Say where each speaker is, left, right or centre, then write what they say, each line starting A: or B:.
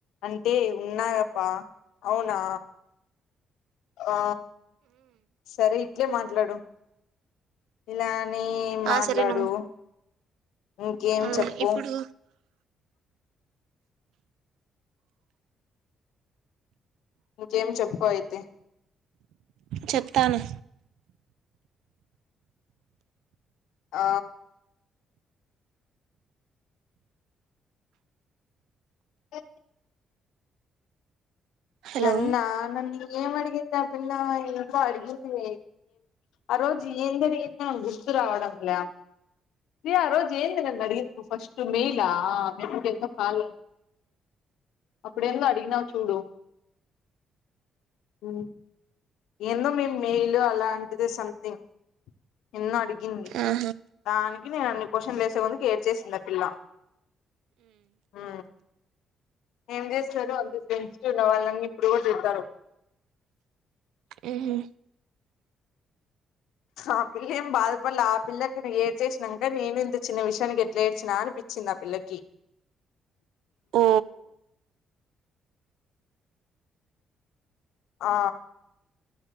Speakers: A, on the left (about 85°); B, on the right (about 85°).
A: అంటే ఉన్నాగ ప అవునా ఆ సరే ఇట్లే మాట్లాడు ఇలా అనీ
B: ఆ
A: మాట్లాడు
B: సరే నువ్వు
A: ఇంకేం
B: ఆ
A: చెప్పు
B: ఇప్పుడు
A: <inaudible> ఇంకేం చెప్పు అయితే
B: చెప్తాను
A: ఆ అ
B: హలో
A: నన్న న ఏం అడిగింది ఆ పిల్ల ఇంకా అడిగింది ఆ రోజు ఏం జరిగింది గుర్తు రావడం లే ప్రియా ఆ రోజు ఏంద నం నడిగత్ ఫస్ట్ మీ ఇల్లా ఆ <unintelligible> ఎంతో కాల అప్పుడ ఏందో అడిగిన చూడు హు ఏందో మేము మెయిలు అలాంటిదే సంథింగ్ ఎనియో అడిగి ఉంది
B: ఆహా
A: దానికి నేను అన్ని క్వశ్చన్ వేసే కొందుకు ఏడ్చేసింది ఆ పిల్ల ఆ ఏం చేస్తారు అన్ని ఉన్న వాళ్ళన్న ఇప్పుడు కూడా తింటారు
B: ఉహు
A: ఆ పిల్ల ఏం బాధపడలే ఆ పిల్లకి ఏడ్చేసినాంక నేను ఇంత చిన్న విషయానికి ఎట్లే ఏడ్చినా అ చిన్నపిల్లలకి
B: ఊ
A: ఆ